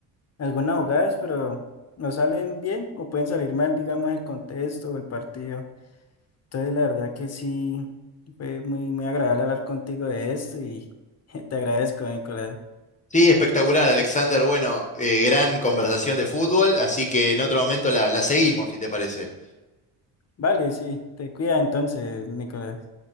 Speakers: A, on the left (about 40°); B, on the left (about 20°).
A: algunas jugadas, pero no salen bien o pueden salir mal, digamos, el contexto o el partido. Entonces, la verdad que sí, fue muy, muy agradable hablar contigo de esto y <laughs> te agradezco, Nicolás.
B: Sí, espectacular, Alexander. Bueno, eh, gran conversación de fútbol, así que en otro momento la, la seguimos, si te parece.
A: Vale, sí, te cuida entonces, Nicolás.